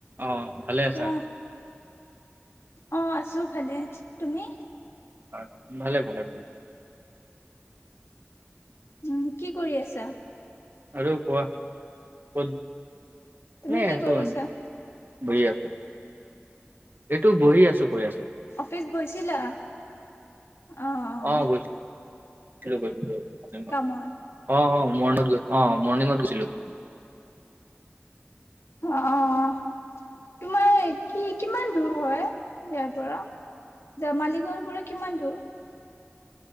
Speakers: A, on the right; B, on the left.
A: অ ভালে আছা।
B: কোৱা অ আছো ভালে, তুমি।
A: হয়, ভালে ভালে ভাল।
B: উম কি কৰি আছা।
A: আৰু কোৱা, কত
B: তুমি
A: এনে
B: কি
A: আছো
B: কৰিছা।
A: মানে বহি আছো। এইটো বহি আছো। কৈ আছো
B: অফিচ গৈছিলা, অঅ।
A: অ <unintelligible>
B: কামত
A: <unintelligible>
B: অ-অ। তোমাৰ কি কিমান দূৰ হয়, ইয়াৰ পৰা। য মালিগাঁওৰ পৰা কিমান দূৰ।